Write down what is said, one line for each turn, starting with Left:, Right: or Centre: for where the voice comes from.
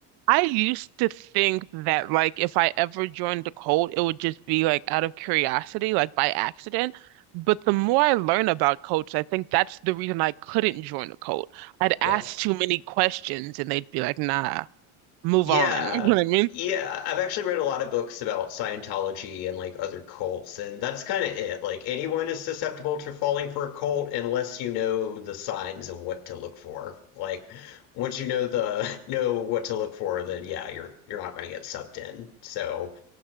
Right: I used to think that like if I ever joined the cult, it would just be like out of curiosity, like by accident. But the more I learn about cults, I think that's the reason I couldn't join a cult. I'd
Left: yeah
Right: ask too many questions and they'd be like, nah, move
Left: Yeah.
Right: on. <laughs> You know what I mean?
Left: Yeah, I've actually read a lot of books about Scientology and like other cults, and that's kind of it. Like anyone is susceptible to falling for a cult unless you know the signs of what to look for. Like once you know the <laughs> know what to look for, then yeah, you're you're not going to get sucked in. So